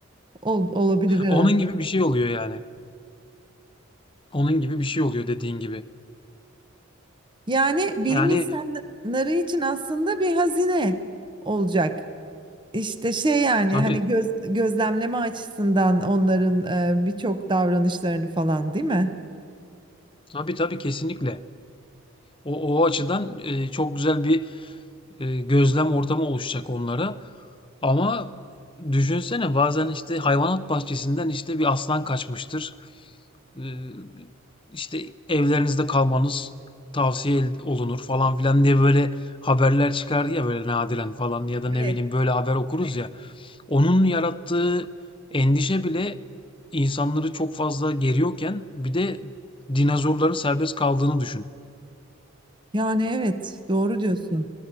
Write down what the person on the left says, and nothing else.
onun gibi bir şey oluyor yani. Onun gibi bir şey oluyor dediğin gibi.
Yani
tabii
tabii tabii kesinlikle. O, o açıdan e, çok güzel bir e, gözlem ortamı oluşacak onlara. Ama düşünsene bazen işte hayvanat bahçesinden işte bir aslan kaçmıştır. Ee, işte evlerinizde kalmanız tavsiye ed- olunur falan filan diye böyle haberler çıkardı ya böyle nadiren falan ya da ne
bileyim böyle haber okuruz ya. Onun yarattığı endişe bile insanları çok fazla geriyorken bir de dinozorların serbest kaldığını düşün.